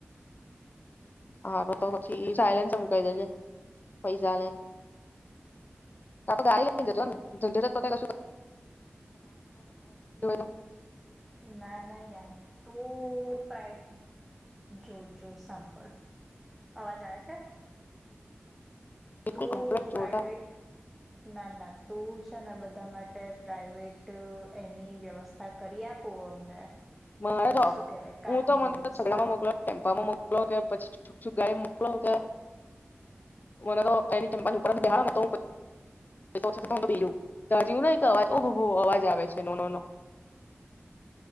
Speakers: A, on the left; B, in the centre.
A: હા, તો તો પછી સિલેન્સ મુકાઈ દેજે, પૈસા લઈને. તો ઓ ગાડી લઈને જજો એમ ઝંઝટ એ પતાઈ જશું એમ <inaudible>
B: ના ના યાર તું પ્રાય જો જો સાંબળ. અવાજ આવે છે?
A: બિલકુલ
B: તું
A: કમ્પલેટ જોરદાર.
B: પ્રાઈવેટ ના ના તું છે ને બધા માટે પ્રાઈવેટ એની વ્યવસ્થા કરી આપું અમને.
A: મારે જો
B: શું કેહેવાય કારની
A: હું તો મને
B: વ્યવસ્થા
A: છગડા માં મોકલો, ટેમ્પા માં મોક મોકલો કે પછી છૂક છુક ગાડી મોકલો કે મને તો એની ચપાની ઉપર બેહાડો ને તો હું <inaudible> તો તો છતાં એમ બેહ જઉં. તા જેવુનું એક અવાજ ઓ હો હો અવાજ આવે છ તે નો નો નો.